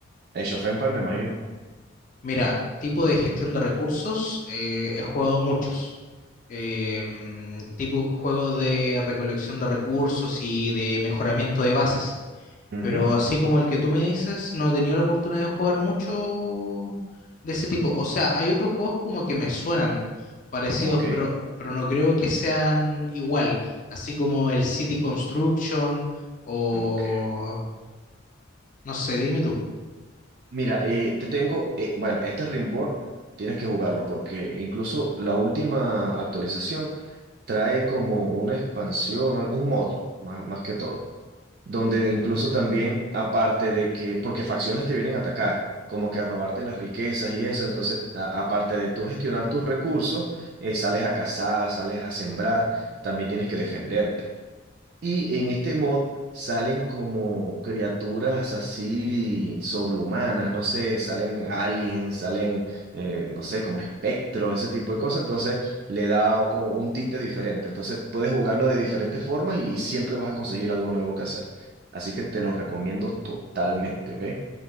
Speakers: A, on the right; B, on the left.
A: Age of Empires, me imagino.
B: Mira, tipo de gestión de recursos, eh,
A: Ujú.
B: he jugado muchos. Eh, mm, tipo juegos de recolección de recursos y de mejoramiento de bases.
A: Ujú,
B: Pero así como el que tú me dices, no he tenido la oportunidad de jugar mucho de ese tipo. O sea, hay otros juegos como que me suenan parecidos,
A: Ok,
B: pero, pero no creo que sean igual. Así como el City Construction o...
A: ok.
B: No sé, dime tú.
A: Mira, eh, te tengo, eh, bueno, este Rimworld tienes que jugarlo porque incluso la última actualización trae como una expansión, un mod, más, más que todo. donde incluso también, aparte de que, porque facciones te vienen a atacar, como que a robarte las riquezas y eso, entonces, a- aparte de tú gestionar tus recursos, eh, sales a cazar, sales a sembrar, también tienes que defenderte. Y en este mod salen como criaturas así sobrehumanas, no sé, salen aliens, salen, eh, no sé, como espectros, ese tipo de cosas. Entonces le da como un tinte diferente. Entonces puedes jugarlo de diferentes formas y, y siempre vas a conseguir algo nuevo que hacer. Así que te lo recomiendo totalmente, ¿ok?